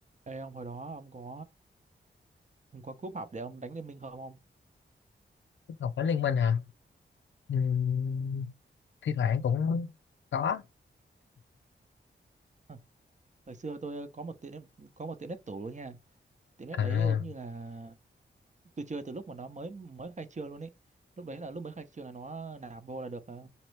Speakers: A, on the right (about 40°); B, on the left (about 75°).
A: Ê ông hồi đó ông có ông có cúp học để ông đánh Liên Minh không ông?
B: học Cảnh Liên Minh hả? Ừm, thi thoảng cũng có.
A: <laughs> Hồi xưa tôi có một tiệm net- có một tiệm net tủ luôn nha. Tiệm net
B: À,
A: đấy giống như là tôi chơi từ lúc mà nó mới mới khai trương luôn ấy. Lúc đấy là lúc mới khai trương là nó nạp vô là được ờ,